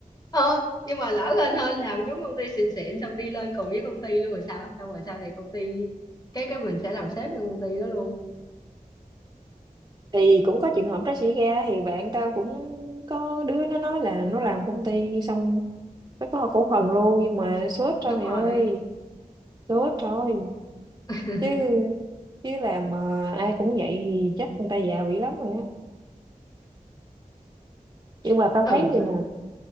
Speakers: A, on the left; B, on the right.
A: ờ, nhưng mà lỡ hên hên làm chúng công ty xịn xịn xong đi lên cùng với công ty luôn rồi sao xong rồi sau này công ty cái cái mình sẽ làm sếp cho công ty đó luôn
B: thì cũng có trường hợp đó xảy ra thì bạn tao cũng có đứa nó nói là nó làm công ty xong nó có cổ phần luôn nhưng mà sốt thôi
A: đúng
B: mày
A: rồi
B: ơi sốt thôi
A: <laughs>
B: chứ chứ làm mà ai cũng vậy thì chắc người ta giàu dữ lắm rồi á nhưng mà tao thấy
A: ừ
B: vậy
A: hả
B: nè